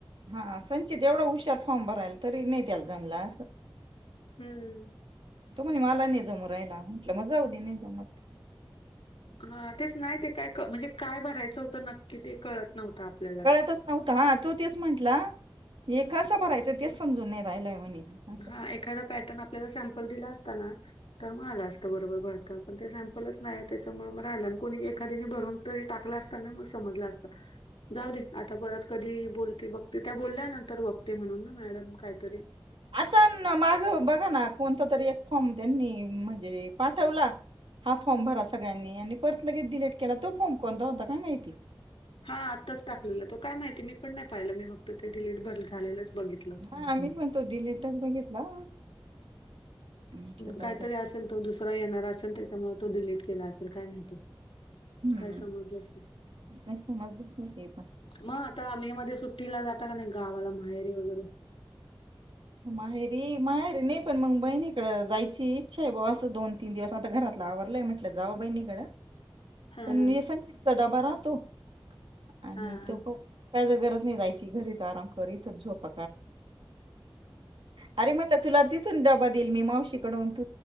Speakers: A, on the right (about 75°); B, on the left (about 85°).
A: हां संचित एवढा हुशार फॉर्म भरायला, तरी नाही त्याला जमलं अस
B: हम्म.
A: तो म्हणे मला नाही जमू राहियला म्हटलं मजाऊ दे नाही जमत तर.
B: हां तेच नाही ते काय म्हणजे काय भरायचं होतं नक्की ते कळत नव्हतं आपल्याला.
A: कळतंच नव्हतं हां तो तेच म्हंटला, हे कसं भरायचं आहे? तेच समजून नाही राहिलाय म्हणे असं.
B: हां, एखादा पॅटर्न आप आपल्याला सॅम्पल दिला असता ना तर मग आलं असतं बरोबर भरता पण ते सॅम्पलच नाही त्याच्यामुळे मग आला आणि कोणी एखादीने भरून तरी टाकला अस ता ना मग समजला असता. जाऊ दे आता परत कधी बोलते बघते, त्या बोलल्या नंतर बघते म्हणून ना मॅडम कायतरी.
A: आता मागं बघा ना कोणता तरी एक फॉर्म त्यांनी म्हणजे पाठवला. हा फॉर्म भरा सगळ्यांनी आणि परत लगेच डिलीट केला तो फॉर्म कोणता होता काय माहिती?
B: हा आत्ताच टाकलेलं तो काय माहिती मी पण नाही पाहिलं मी फक्त ते डिलीट भर झालेलंच बघितलं.
A: हा म्हणतो डीलेटच बघितला म्हटलं जाऊ
B: काहीतरी
A: द्या
B: असेल तो दुसरा येणार असेल त्यांच्यामुळे तो डिलीट केला असेल काय माहिती.
A: हम्म.
B: काय समजलंच नाही
A: काय समजलंच नाही ते पण
B: मग आता मे मध्ये सुट्टीला जाता का नाही गावाला माहेरीे वगैरे.
A: माहेरी, माहेरी नाही पण मग बहिणीकडं जायची इच्छा आहे बाऊ असं दोन तीन दिवस आता घरातला आवरलंय म्हटल्यावर. त्या जाव बहिणीकडे.
B: हा
A: पण
B: हा
A: हे सां तितचा डबा राहतो आणि
B: हा
A: तो ख काय जर गरज नाही जायची, घरीच आराम करी झोप अरे म्ह तुला तिथून दबा देईल मी मावशीकडून त